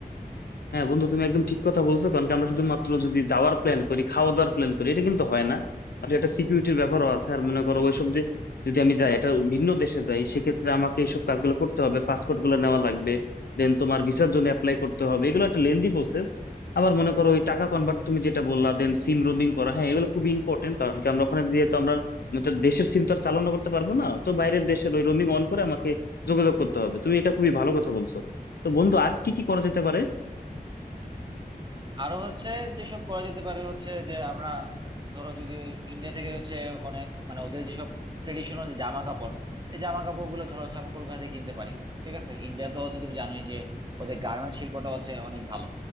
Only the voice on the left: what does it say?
হ্যাঁ বন্ধু তুমি একদম ঠিক কথা বলছো কারণ কি আমরা শুধুমাত্র যদি যাওয়ার প্ল্যান করি খাওয়া দাওয়ার প্ল্যান করি এটা কিন্তু হয় না আর একটা সিকিউরিটির ব্যাপারও আছে আর মনে করো ওইসব যে যদি আমি যাই একটা ভিন্ন দেশে যাই সেক্ষেত্রে আমাকে এইসব কাজগুলো করতে হবে পাসপোর্ট গুলো নেওয়া লাগবে দেন তোমার ভিসার জন্য অ্যাপ্লাই করতে হবে এগুলো একটা লেন্দি প্রসেস আবার মনে করো ওই টাকা কনভার্ট তুমি যেটা বললা দেন সিম রোমিং করা হ্যাঁ এগুলো খুব ইম্পর্টেন্ট কারণ কি আমরা ওখানে যেহেতু আমরা আমাদের দেশের সিম তো আর চালনা করতে পারবো না তো বাইরের দেশের ওই রোমিং অন করে আমাকে যোগাযোগ করতে হবে তুমি এটা খুবই ভালো কথা বলছো তো বন্ধু আর কি কি করা যেতে পারে